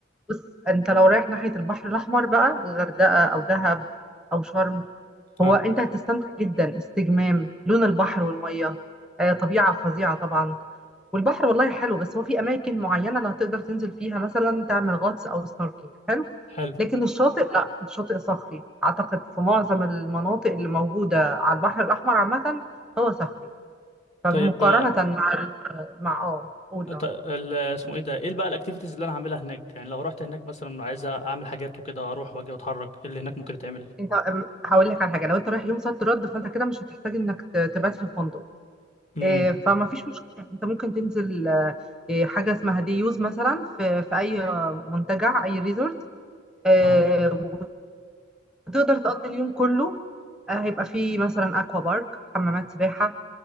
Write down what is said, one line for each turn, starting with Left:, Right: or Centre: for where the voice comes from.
Centre: بص انت لو رايح ناحية البحر الاحمر بقى الغردقة او دهب او شرم هو
Left: ها
Centre: انت هتستمتع جدا استجمام لون البحر والميه آه طبيعه فظيعه طبعا والبحر والله حلو بس هو في اماكن معينه اللي هتقدر تنزل فيها مثلا تعمل غطس او سنوركينج حلو
Left: حلو
Centre: لكن الشاطئ لا الشاطئ صخري اعتقد في معظم المناطق اللي موجوده على البحر الاحمر عامه هو صخري فمقارنه
Left: طيب آه،
Centre: مع ال- مع اه قول اه
Left: ط- ال- اسمه ايه ده ايه بقى الاكتيفيتيز اللي انا هعملها هناك يعني لو رحت هناك مثلا عايز اعمل حاجات وكده اروح واجي واتحرك ايه اللي هناك ممكن يتعمل
Centre: انت أم- هقول لك على حاجه لو انت رايح يوم صد رد فانت كده مش هتحتاج انك ت- تبات في فندق
Left: امم
Centre: إيه، فما فيش مشكلة انت ممكن تنزل آه، إيه، حاجة اسمها ديوز مثلا في في اي منتجع اي ريزورت آه،
Left: اها
Centre: وتقدر تقضي اليوم كله آه، هيبقى فيه مثلا اكوا بارك حمامات سباحة